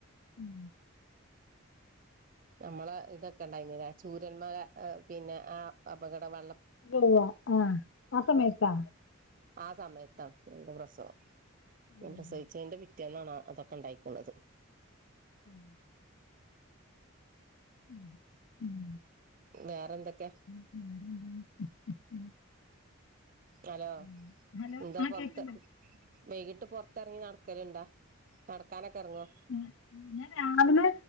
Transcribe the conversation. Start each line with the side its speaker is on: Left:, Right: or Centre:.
Left: ഉം.
Right: നമ്മള ഇതൊക്കെ ഉണ്ടായിരുന്നുലാ ചൂരമ്മല പിന്നെ ആ അപകട വെള്ളം
Left: <unintelligible> ആഹ് ആ സമയത്താ.
Right: ആ സമയത്താണ് എന്റെ പ്രസവം.
Left: ഉം.
Right: ഞാൻ പ്രസവിച്ചതിന്റെ പിറ്റേ ന്നാണ് അതൊക്കെ ഉണ്ടായിക്കോണത്.
Left: ഉം ഉം ഉം.
Right: വേറെന്തെക്കെ?
Left: പിന്നെ വേറെന്താ ഉം
Right: ഹലോ
Left: ഉം. ഹലോ
Right: എന്താ
Left: ആ
Right: പൊറത്ത
Left: കേക്ക്ണ്ട്
Right: വൈകിട്ട് പൊറത്തെറങ്ങി നടക്കലുണ്ടാ? നടക്കാനൊക്കെ ഇറങ്ങോ?
Left: ഉം ഞാൻ രാവിലെ